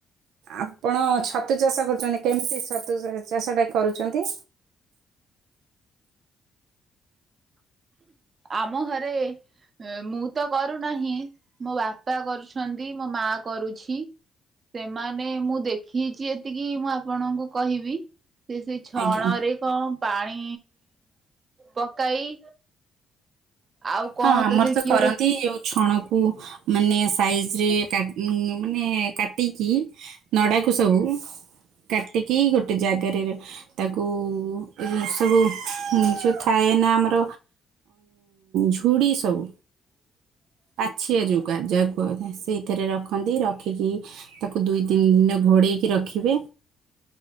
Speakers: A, on the right (about 85°); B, on the right (about 40°).
A: ଆପଣ ଛତୁ ଚାଷ କରୁଛନ୍ତି, କେମିତି ଛତୁ ଚାଷ ଟା କରୁଛନ୍ତି?
B: ଆମ ଘରେ ମୁଁ ତ କରୁନାହିଁ ମୋ ବାପା କରୁଛନ୍ତି ମୋ ମାଆ କରୁଛି। ସେମାନେ ମୁଁ ଦେଖିଚି ଏତିକି ମୁଁ ଆପଣଙ୍କୁ କହିବି ସେ ସେ ଛଣ
A: ଆଜ୍ଞା
B: ରେ କଣ ପାଣି ପକାଇ ଆଉ କଣ
A: ହଁ ଆମର
B: ଦେଖି
A: ତ କରନ୍ତି
B: ଗୋଟେ
A: ଯୋଉ ଛଣକୁ ମାନେ ସାଇଜରେ କା ମାନେ କାଟିକି ନଡାକୁ ସବୁ। କାଟିକି ଗୋଟେ ଜାଗାରେ ତାକୁ ଏ <unintelligible> କାହିଁକି ନା ଆମର ଝୁଡି ସ୍ ସବୁ ପାଛିଆ ଯୋଉ କାଜ କୁ ସେଇଥିରେ ରଖନ୍ତି ରଖିକି। ତାକୁ ଦୁଇ ତିନି ଦିନ ଘୋଡେଇକି ରଖିବେ।